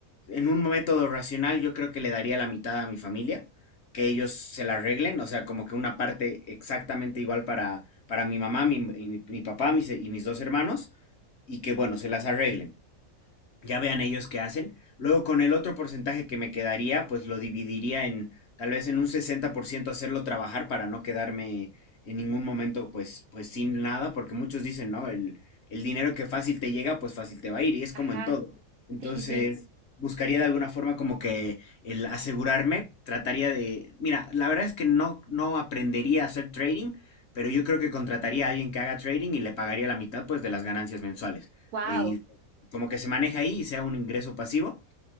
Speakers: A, on the left (about 55°); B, on the right (about 75°).
A: en un método racional, yo creo que le daría la mitad a mi familia, que ellos se la arreglen. O sea, como que una parte exactamente igual para, para mi mamá, mi, mi- mi papá mis- y mis dos hermanos, y que, bueno, se las arreglen ya vean ellos qué hacen. Luego con el otro porcentaje que me quedaría, pues lo dividiría en tal vez en un 60% hacerlo trabajar para no quedarme en ningún momento pues, pues sin nada, porque muchos dicen, no, el, el dinero que fácil te llega, pues fácil te va a ir, y es
B: Ajá,
A: como en todo. Entonces,
B: sí, sí, sí,
A: buscaría de alguna forma como que el asegurarme, trataría de, mira, la verdad es que no, no aprendería a hacer trading, pero yo creo que contrataría a alguien que haga trading y le pagaría la mitad pues de las ganancias mensuales.
B: wow.
A: Eh, Y como que se maneja ahí y sea un ingreso pasivo.